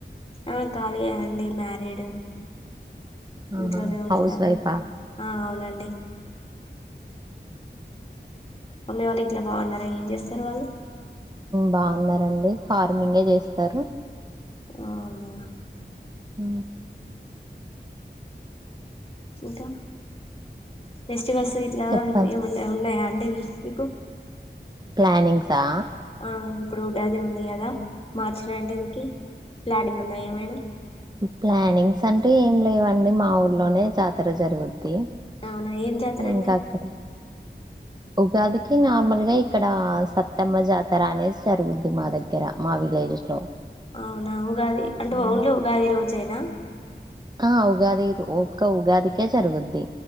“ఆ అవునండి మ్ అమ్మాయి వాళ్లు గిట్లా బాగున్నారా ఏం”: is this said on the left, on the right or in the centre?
Left